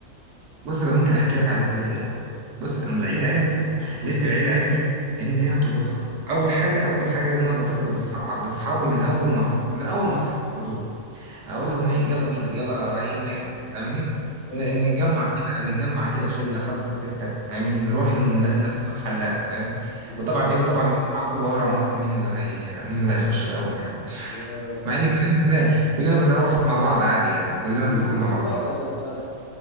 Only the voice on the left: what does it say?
امم
اه
امم
يا
آه.
كلكم
بتستنوا
بعض يعني في الاخر